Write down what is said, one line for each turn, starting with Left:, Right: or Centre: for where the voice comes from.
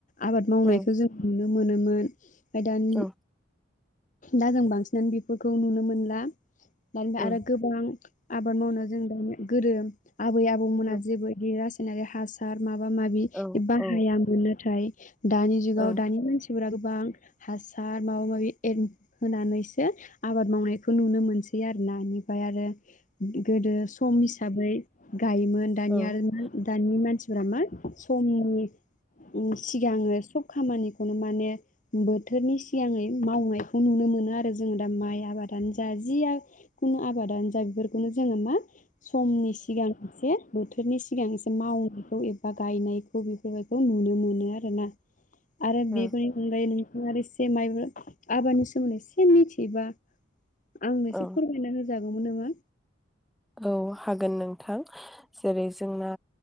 Left: आबाद मावनायखौ
Centre: ओ
Left: जों नुनो मोनोमोन ओमफाय दानि
Centre: औ
Left: दा जों बांसिनानो बेफोरखौ नुनो मोनला दा ओमफाय
Centre: ओ
Left: आरो गोबां आबाद मावनो जों दा गोरो आबै आबौमोना
Centre: ओ
Left: जेबो गेरा नारि हासार माबा माबि
Centre: औ
Left: बाहायामोन
Centre: औ
Left: नाथाय दानि जुगाव
Centre: औ
Left: दानि मानसिफोरा गोबां हासार माबा माबि एर होनानैसो आबाद मावनायखौ नुनो मोनसै आरो ना। ओमफ्राय आरो गोदो सम हिसाबै गायोमोन दानिया
Centre: औ
Left: दानि मानसिफोरा मा समनि सिगाङो सब खामानिखौनो माने बोथोरनि सिगाङै मावनायखौ नुनो मोनो आरो जोङो दा माइ आबादानो जा जिआ खुनु आ बादानो जा बेफोरखौनो जोङो मा समनि सिगां एसे बोथोरनि सिगां एसे मावनायखौ ए बा गायनायखौ बेफोरबायखौ नुनो मोनो आरो ना? आरो
Centre: औ
Left: बेफोरनि अनगायै <unintelligible> से माइबा आबादनि सोमोन्दै एसे मिथियोबा आंनो एसे
Centre: औ
Left: फोरमायना हो जागौमोन नामा
Centre: औ हागोन नोंथां जेरै जोंना